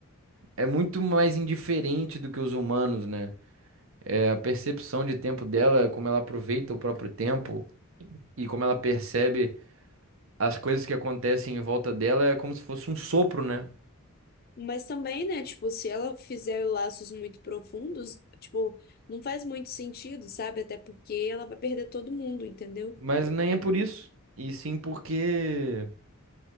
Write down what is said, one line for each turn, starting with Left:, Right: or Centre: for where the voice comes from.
Right: É muito mais indiferente do que os humanos, né? É a percepção de tempo dela, como ela aproveita o próprio tempo e como ela percebe as coisas que acontecem em volta dela, é como se fosse um sopro, né?
Left: Mas também, né, tipo, se ela fizer laços muito profundos, tipo, não faz muito sentido, sabe? Até porque ela vai perder todo mundo, entendeu?
Right: Mas nem é por isso. E sim porque